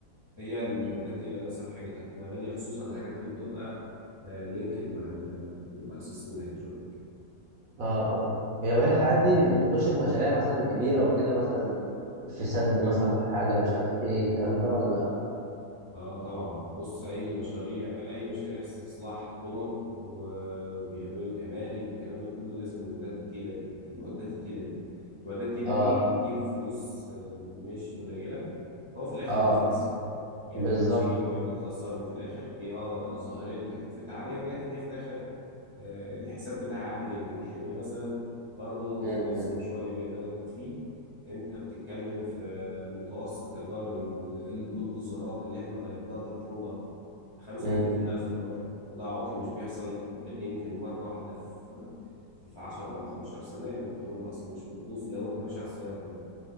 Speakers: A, on the left; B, on the right.
A: هي المعدات
B: مم.
A: دي للاسف حاجتها كلها غاليه خصوصا الحاجات اللي بتبقى آه لينكد مع ال مع السيستم الهيدروليك
B: اه اه هي بقى الحاجات دي انت بتخش في مشاريع مثلا كبيره وكده مثلا في سد مثلا في حاجه مش عارف ايه الكلام ده ولا
A: اه طبعا بص اي مشاريع اي مشاريع استصلاح طرق و- وبيعملوا كباري والكلام ده كله لازم المعدات التقيله دي المعدات التقيله دي المعدات التقيله
B: اه
A: دي بتجيب فلوس آه، مش قليله هو في الاخر
B: اه
A: بيزنس
B: آه.
A: يعني
B: بالظبط
A: انا مش هجيب معده تخسرني في الاخر هي اه ظاهريا تكلفتها عاليه ولكن هي في الاخر آه، الحساب بتاعها عالي جدا <laughs> يعني مثلا برضو
B: مم،
A: في نفس
B: مم،
A: مشروع ليبيا اللي انا كنت فيه انت بتتكلم في متوسط ايجار ال- البلدوزرات اللي احنا غيرنا لها ترومبا ب 35
B: مم.
A: الف دينار وده عطل مش بيحصل غير يمكن مره واحده في في في 10 او 15 سنه يعني الترومبا اصلا مش بتبوظ لو انت ماشي على الصيانه تمام